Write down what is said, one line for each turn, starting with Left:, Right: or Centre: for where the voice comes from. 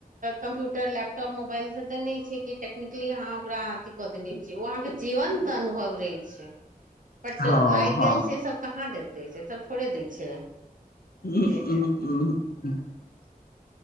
Right: कम्प्यूटर लैप टॉप मोबाइल से त नहि छै कि टेक्निकली अहाँ ओकरा अथि क देने छियै उ अहाँके जीवंत अनुभव रहे छै पट
Left: हँ
Right: आइ
Left: हँ
Right: काल्हि से सब कहाँ देत छै सब थोड़े दै छै
Left: <unintelligible>
Right: से